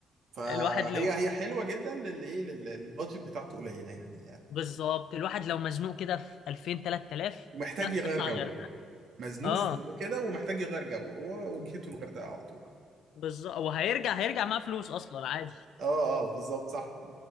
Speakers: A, on the right (about 65°); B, on the left (about 75°).
A: فهي
B: الواحد لو
A: هي حلوه جدا للي ايه لل- البادجت بتاعته قليله يعني
B: بالظبط الواحد لو مزنوق كده في 2000 3000
A: ومحتاج
B: لا
A: يغير
B: اطلع
A: جو
B: الغردقه
A: مزنوق
B: اه
A: في إنه كده ومحتاج يغير جو هو وجهته الغردقه على طول
B: بالظبط وهيرجع هيرجع معاه فلوس اصلا عادي
A: اه اه بالظبط صح